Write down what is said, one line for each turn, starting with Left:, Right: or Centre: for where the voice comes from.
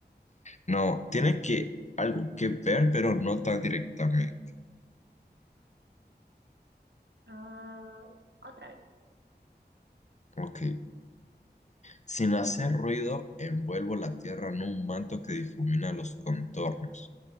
Left: No, tiene que algo que ver, pero no tan directamente.
Right: Ah, otra vez,
Left: Ok. Sin hacer ruido, envuelvo la tierra en un manto que difumina los contornos,